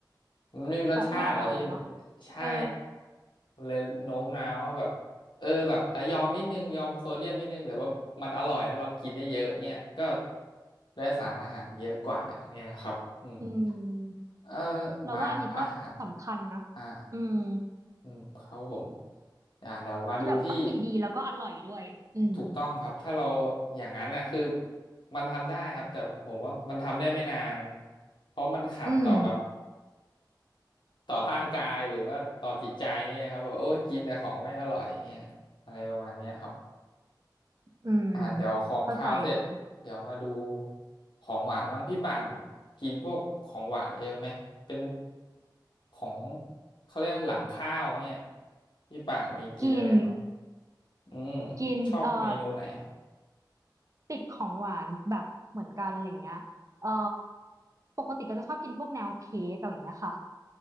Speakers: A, on the left; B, on the right.
A: มันไม่มีรสชาติอะพี่มัน
B: แบบไม่อร่อยเนาะ
A: ใช่
B: เออ
A: มันเลยโน้มน้าวว่าแบบเออแบบอ่ะยอมนิดนึงยอมโซเดียมนิดนึงแต่ว่ามันอร่อยแล้วเรากินได้เยอะเนี่ยก็ได้สารอาหารเยอะกว่าเนี่ยครับอืม
B: อืม
A: เออ
B: เราว่าอันนี้ก็สำคัญนะ
A: มาอาหารอ่า
B: อืม
A: อืมครับผมอ่าเรามาดูที่
B: ที่แบบต้องกินดีแล้วก็อร่อยด้วยอืม
A: ถูกต้องครับถ้าเราอย่างนั้นน่ะคือมันทำได้ครับแต่ผมว่ามันทำได้ไม่นานเพราะมันขัดต่อแบบ
B: อืม
A: ต่อร่างกายหรือว่าต่อจิตใจเนี่ยครับแบบโอ้ยกินแต่ของไม่อร่อยเนี่ยอะไรประมาณเนี้ยครับ
B: อืม
A: อ่าเดี๋ยวของคาวเสร็จเดี๋ยวมาดู
B: เข้าใจเลย
A: ของหวานบ้างพี่ป่านกินพวกของหวานเยอะไหมเป็นของเขาเรียกหลังข้าวเนี่ยพี่ป่านมีกินอะไรบ้าง
B: กิน
A: อืม
B: กินเอ่อ
A: ชอบเมนูไหนครับ
B: ติดของหวานแบบเหมือนกันอะไรเงี้ยเอ่อปกติก็จะชอบกินพวกแนวเค้กอะไรเงี้ยค่ะ